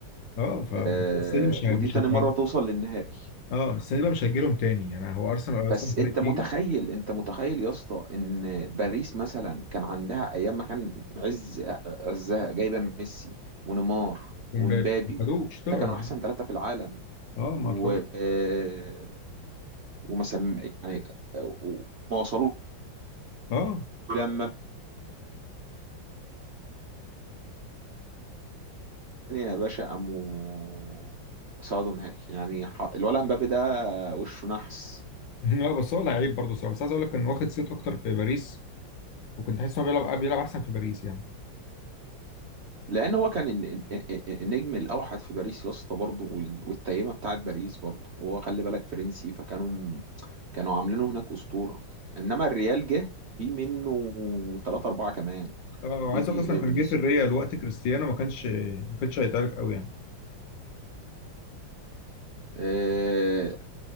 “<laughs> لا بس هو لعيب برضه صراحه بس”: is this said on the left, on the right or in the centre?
Left